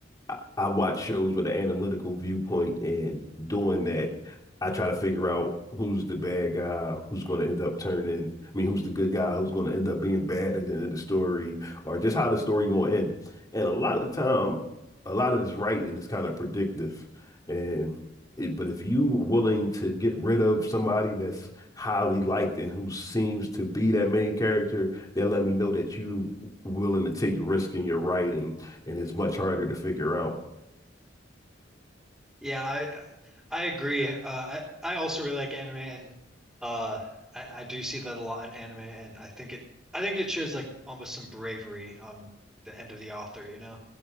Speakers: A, on the left (about 20°); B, in the centre.
A: I, I watch shows with an analytical viewpoint, and doing that, I try to figure out who's the bad guy, who's going to end up turning. I mean, who's the good guy, who's going to end up being bad at the end of the story, or just how the story going to end. And a lot of time, a lot of this writing is kind of predictive, and it, but if you willing to get rid of somebody that's highly liked and who seems to be that main character, that let me know that you willing to take risk in your writing and it's much harder to figure out.
B: yeah, I I agree. Uh, I I also really like anime and uh, I I do see that a lot in anime and I think it I think it shows like almost some bravery on the end of the author. You know,